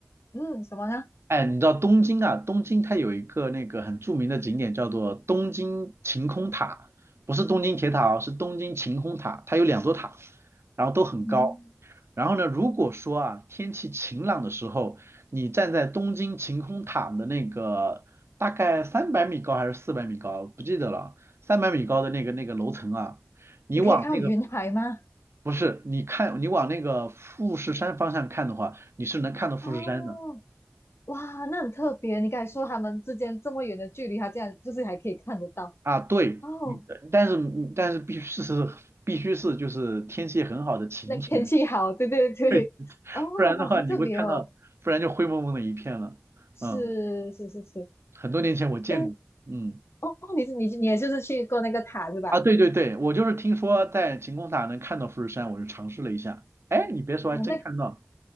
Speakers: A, on the left; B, on the right.
A: 嗯，什么呢？
B: 哎，你知道东京啊？东京它有一个那个很著名的景点叫做东京晴空塔，不是东京铁塔哦，是东京晴空塔，它有两座塔，然后都很高。
A: 嗯，
B: 然后呢，如果说啊，天气晴朗的时候，你站在东京晴空塔的那个大概三百米高还是四百米高，不记得了，三百米高的那个那个楼层啊，你往那个
A: 你可以看到云海吗？
B: 不是，你看你往那个富士山方向看的话，你是能看到富士山的
A: 哦，哇，那很特别，你刚才说他们之间这么远的距离，他这样就是还可以看得到，
B: 啊。对，
A: 哦，
B: 你但是但是必须是必须是就是天气很好的晴天，
A: 那天气好，对对对，
B: <laughs> 对，
A: 哦，
B: 不然的话你会看到，
A: 哇，好特别哦，
B: 不然就灰蒙蒙的一片了。
A: 是是是是，
B: 嗯，很多年前我见过，
A: 诶，
B: 嗯。
A: 哦，你是你你也就是去过那个塔是吧？
B: 啊，对对对，我就是听说在晴空塔能看到富士山，我就尝试了一下。哎，你别说，还真看到，
A: 哦，那